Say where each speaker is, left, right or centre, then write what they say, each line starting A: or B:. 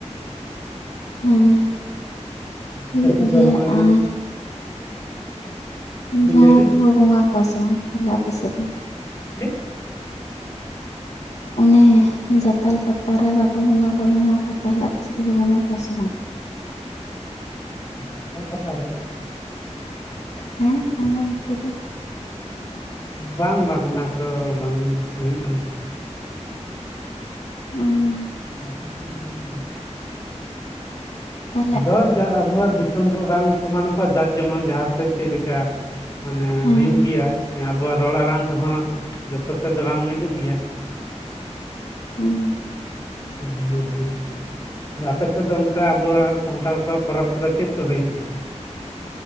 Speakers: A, on the left (about 65°); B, on the left (about 25°).
A: ᱦᱮᱸ
B: ᱟᱯᱮ
A: ᱦᱩᱭᱩᱜ
B: ᱥᱮᱫ ᱫᱚ
A: ᱜᱮᱭᱟ
B: ᱦᱚᱸᱜᱼᱚᱭ ᱦᱟᱸᱜ
A: ᱟᱨ
B: ᱵᱤᱱ
A: ᱵᱷᱮᱲᱟ
B: ᱞᱟᱹᱭᱫᱟ
A: ᱠᱚᱦᱚ ᱵᱚᱸᱜᱟ ᱠᱚᱣᱟ ᱥᱮ ᱵᱟᱝ ᱛᱟᱦᱚᱞᱮ ᱟᱯᱮ ᱥᱮᱫ ᱫᱚ
B: ᱡᱮ <unintelligible>
A: ᱚᱱᱮ ᱡᱟᱛᱟᱞ ᱯᱟᱛᱟ ᱨᱮ ᱵᱟᱠᱚ ᱵᱚᱸᱜᱟ ᱠᱚᱣᱟ ᱵᱷᱮᱲᱟ ᱠᱚ ᱛᱟᱦᱚᱞᱮ ᱟᱯᱮ ᱥᱮᱫ ᱫᱚᱠᱚ ᱵᱚᱸᱜᱟ ᱠᱚᱣᱟ ᱥᱮ ᱵᱟᱝ
B: ᱡᱟᱛᱟᱞ ᱯᱟᱛᱟ ᱨᱮ
A: ᱦᱮᱸ ᱟᱢᱵᱟᱵᱚᱛᱤ ᱨᱮ
B: ᱵᱟᱝ ᱵᱟᱝ ᱚᱱᱟ ᱠᱚᱫᱚ ᱵᱟᱝ ᱦᱩᱭᱩᱜ ᱜᱤᱭᱟ
A: ᱩᱸ
B: ᱟᱯᱮ ᱥᱮᱱ ᱫᱚ ᱦᱩᱭᱩᱜ ᱜᱤᱭᱟ
A: ᱛᱟᱦᱚᱞᱮ
B: ᱟᱫᱚ ᱪᱷᱟ ᱟᱵᱳᱣᱟᱜ ᱫᱤᱥᱚᱢ ᱫᱚ ᱵᱟᱝ ᱥᱚᱢᱟᱱ ᱟᱛᱚ ᱡᱟᱨ ᱡᱮᱢᱚᱱ ᱡᱟᱦᱟᱸ ᱥᱮᱫ ᱪᱮᱫ ᱞᱮᱠᱟ ᱢᱟᱱᱮ
A: ᱦᱮᱸ
B: ᱦᱳᱭᱩᱜ ᱜᱤᱭᱟ ᱟᱵᱚᱣᱟᱜ ᱨᱚᱲ ᱟᱲᱟᱝ ᱠᱚᱦᱚᱸ ᱡᱚᱛᱚ ᱥᱮᱫ ᱫᱚ ᱵᱟᱝ ᱢᱤᱫᱩᱜ ᱜᱤᱭᱟ
A: ᱦᱮᱸ
B: ᱵᱷᱤᱱᱟᱹ ᱵᱷᱤᱱᱟᱹ ᱟᱯᱮ ᱥᱮᱫ ᱫᱚ ᱚᱱᱠᱟ ᱟᱵᱚᱣᱟᱜ ᱥᱟᱱᱛᱟᱲ ᱠᱚᱣᱟᱜ ᱯᱚᱨᱚᱵᱽ ᱠᱚᱫᱚ ᱪᱮᱫ ᱠᱚ ᱦᱩᱭᱩᱜ ᱜᱮᱭᱟ?